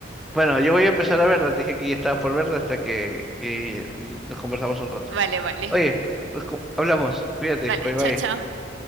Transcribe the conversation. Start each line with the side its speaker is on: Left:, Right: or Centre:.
Centre: Bueno, yo voy a empezar a verla, te dije que ya estaba por verla hasta que, que nos conversamos un rato.
Right: Vale, vale.
Centre: Oye, nos co- hablamos, cuídate,
Right: Vale,
Centre: bye
Right: chao,
Centre: bye.
Right: chao.